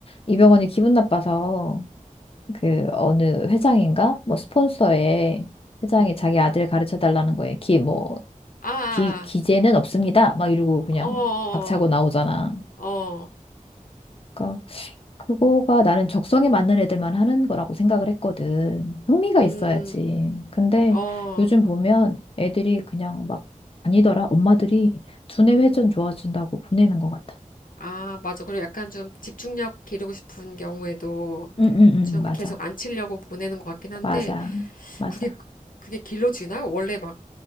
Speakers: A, on the left (about 45°); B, on the left (about 90°).
A: 이병헌이 기분 나빠서 그 어느 회장인가? 뭐 스폰서에 회장이
B: 응.
A: 자기 아들 가르쳐 달라는 거에 기뭐
B: 아, 아,
A: 기, 기재는 없습니다. 막 이러고 그냥
B: 아. 어,
A: 박차고 나오잖아.
B: 어, 어.
A: 그러니까 그거가 나는 적성에 맞는 애들만 하는 거라고 생각을 했거든. 흥미가
B: 음,
A: 있어야지. 근데
B: 어,
A: 요즘 보면 애들이 그냥 막 아니더라. 엄마들이 두뇌 회전 좋아진다고 보내는 것 같아.
B: 아, 맞아. 그리고 약간 좀 집중력 기르고 싶은 경우에도
A: 응응응
B: 좀
A: 맞아.
B: 계속 안 치려고 보내는 것 같긴 한데
A: 맞아. 맞아.
B: 그게 그게 길러지나? 원래 막